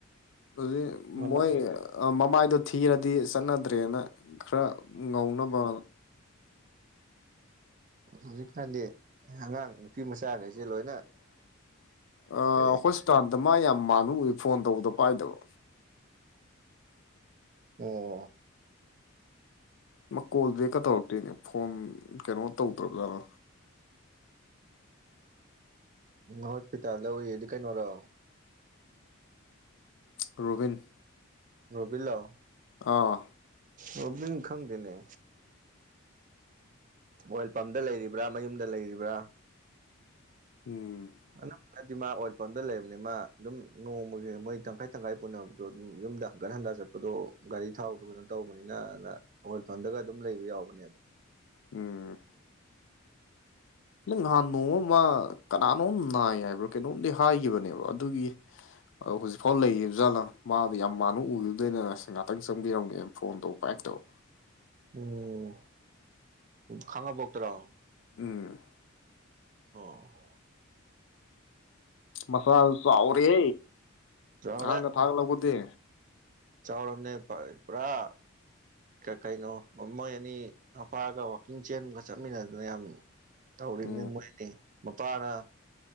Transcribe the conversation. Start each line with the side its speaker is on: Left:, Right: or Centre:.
Left: ꯑꯗꯨ
Right: ꯃꯃꯥ
Left: ꯃꯣꯏ ꯃꯃꯥꯏꯗꯣ ꯊꯤꯔꯗꯤ ꯆꯠꯅꯗ꯭ꯔꯦꯅ ꯈꯔ ꯉꯧꯅꯕ
Right: ꯍꯧꯖꯤꯛꯀꯥꯟꯗꯤ ꯑꯉꯥꯡ ꯅꯨꯄꯤ ꯃꯆꯥꯈꯩꯁꯦ ꯂꯣꯏꯅ
Left: ꯑ
Right: ꯀꯔꯤ
Left: ꯍꯣꯁꯄꯤꯇꯥꯜꯗ ꯃꯥ ꯌꯥꯝ ꯃꯥꯟꯕ ꯎꯏ ꯐꯣꯟ ꯇꯧꯕꯗꯣ ꯄꯥꯏꯗꯕ
Right: ꯑꯣ
Left: ꯃꯥ ꯀꯣꯜ ꯕꯦꯛꯀ ꯇꯧꯔꯛꯇꯣꯏꯅꯦ ꯐꯣꯟ ꯀꯩꯅꯣ ꯇꯧꯗ꯭ꯔꯕꯖꯥꯠꯅ
Right: ꯎꯝ ꯍꯣꯁꯄꯤꯇꯥꯜꯗ ꯎꯌꯦꯗꯤ ꯀꯩꯅꯣꯔꯣ
Left: ꯔꯣꯕꯤꯟ
Right: ꯔꯣꯕꯤꯜꯂꯣ
Left: ꯑꯥ
Right: ꯔꯣꯕꯤꯟ ꯈꯪꯗꯦꯅꯦ ꯑꯣꯏꯜ ꯄꯝꯗ ꯂꯩꯔꯤꯕ꯭ꯔꯥ ꯃꯌꯨꯝꯗ ꯂꯩꯔꯤꯕ꯭ꯔꯥ
Left: ꯎꯝ
Right: ꯑ ꯃꯥꯗꯤ ꯃꯥ ꯑꯣꯏꯜ ꯄꯝꯗ ꯂꯩꯕꯅꯤ ꯃꯥ ꯑꯗꯨꯝ ꯅꯣꯡꯃꯒꯤ ꯃꯣꯏ ꯇꯪꯈꯥꯏ ꯇꯪꯈꯥꯏ ꯄꯨꯅꯕꯗꯣ ꯑꯗꯨꯝ ꯌꯨꯝꯗ ꯍꯒꯠ ꯍꯟꯗ ꯆꯠꯄ ꯗꯣ ꯒꯥꯔꯤ ꯊꯥꯎꯗ ꯑꯣꯏꯅ ꯇꯧꯕꯅꯤꯅꯅ ꯍꯜꯐꯝꯗꯒ ꯑꯗꯨꯝ ꯂꯩꯕ ꯌꯥꯎꯕꯅꯦꯕ
Left: ꯎꯝ ꯅꯪ ꯅꯍꯥꯟ ꯅꯣꯡꯃꯃ ꯀꯅꯥꯅꯣꯝ ꯅꯥꯏ ꯍꯥꯏꯕ꯭ꯔꯣ ꯀꯩꯅꯣꯝꯗꯤ ꯍꯥꯏꯈꯤꯕꯅꯦꯕ ꯑꯗꯨꯒꯤ ꯑꯗꯣ ꯍꯧꯖꯤꯛꯐꯥꯎꯕ ꯂꯩ ꯖꯥꯠꯅ ꯃꯥꯗ ꯌꯥꯝ ꯃꯅ ꯎꯈꯤꯕꯗꯣꯏꯗ ꯑꯁ ꯉꯥꯛꯇꯪ ꯆꯪꯕꯤꯔꯝꯒꯦꯅ ꯐꯣꯟ ꯇꯧꯕ ꯄꯥꯏꯔꯛꯇꯕ
Right: ꯎꯝ ꯈꯪꯉꯄꯣꯛꯇꯔꯣ
Left: ꯎꯝ
Right: ꯑꯣ
Left: ꯃꯆꯥ ꯆꯥꯎꯔꯦ
Right: ꯆꯥꯎꯔꯦ
Left: ꯅꯍꯟꯒ ꯊꯥꯒꯠꯂꯛꯄꯗꯤ
Right: ꯆꯥꯎꯔꯝꯅꯦ ꯄꯨꯔꯥ ꯀꯩꯅꯣ ꯃ ꯃꯣꯏ ꯑꯅꯤ ꯑꯄꯥꯒ ꯋꯥꯛꯀꯤꯡ ꯆꯦꯟꯕꯒ ꯆꯠꯃꯤꯟꯅꯗꯅ ꯌꯥꯝ ꯇꯧꯔꯤꯝꯅꯦ
Left: ꯎꯝ
Right: ꯃꯣꯏ ꯑꯦ ꯃꯄꯥꯅ